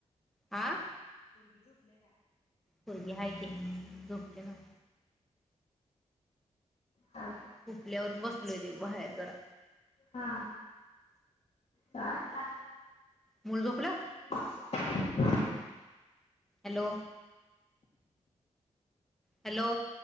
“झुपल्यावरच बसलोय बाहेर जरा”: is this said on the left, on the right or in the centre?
Centre